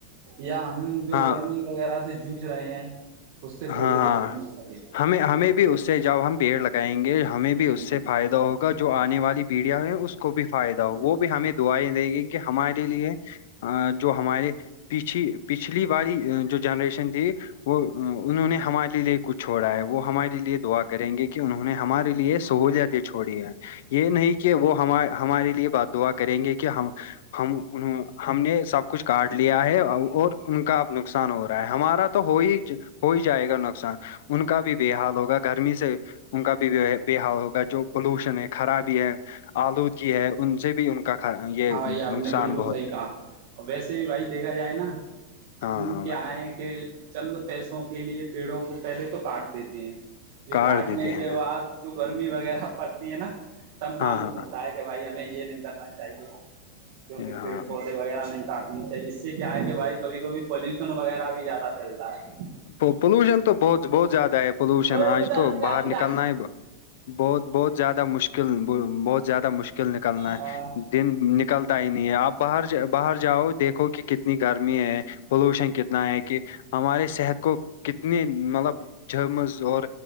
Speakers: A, on the right; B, on the left.
A: یا ہم جو
B: ہاں
A: گرمی وغیرہ سے جوجھ رہے ہیں اس سے
B: ہاں
A: تھوڑی راحت
B: ہاں
A: مل سکے
B: ہمیں ہمیں بھی اس سے جب ہم پیڑ لگائیں گے ہمیں بھی اس
A: ہاں
B: سے
A: جی
B: فائدہ ہوگا کا جو آنے والی پیڑیا ہے اس کو بھی فائدہ ہو وہ بھی ہمیں دعائیں دیں گی کیکہ ہمارے لیے جو ہمارے پیچھھی پچھلی والی جو جنریشن تھی وہ انہوں نے ہمارے لیے کچھ چھوڑا ہے وہ ہمارے لیے دعا کریں گے کہ انہوں نے ہمارے لیے سہولتیں چھوڑی ہیں یہ نہیں کہ وہ ہم ہمارے لیے بات دعا کریں گے کہ ہم ہم ان ہم نے سب کچھ کاٹ لیا ہے اور ان کا اب نقصان ہو رہا ہے ہمارا تو ہو ہی ہو ہی جائے گا نقصان ان کا بھی بے حال ہوگا گرمی سے ان کا بھی بحاؤ ہوگا جو پولوشن ہے خرابی ہے آلودگی ہے ان سے بھی ان کا یہ
A: ہاں بھائی آپ
B: نقصان
A: نے بالکل
B: بہت
A: صحیح کہا اور ویسے بھی بھائی دیکھا جائے نا ہم
B: ہاں ہاں
A: کیا
B: بھائی
A: ہیں کہ چند پیسوں کے لیے پیڑوں کو پہلے تو کاٹ دیتے ہیں جو
B: کاٹ
A: کاٹنے
B: دیتے
A: کے
B: ہیں
A: بعد جو گرمی وغیرہ پڑتی ہے نا تب معلوم
B: ہاں ہاں
A: ہوتا ہے کہ بھائی ہمیں یہ نہیں کرنا چاہیے کیونکہ
B: یہ ہاں
A: پیڑ پودے وغیرہ نہیں کاٹ نی چاہیے اس سے کیا ہے کہ بھائی کبھی کبھی پولوشن وغیرہ بھی زیادہ پھیلتا ہے
B: تو پولوشن تو بہت بہت زیادہ ہے پولوشن
A: اوئے
B: آج
A: رک جا
B: تو
A: رک
B: باہر
A: جا رک
B: نکلنا
A: جا
B: ہے بہت بہت زیادہ مشکل بہت زیادہ مشکل کل نکلنا ہے
A: ہاں
B: دن نکلتا نہیں ہے آپ باہر باہر جاؤ دیکھو کہ کتنی گرمی ہے پولوشن کتنا ہے کہ ہمارے صحت کو کتنی مطلب جمز اور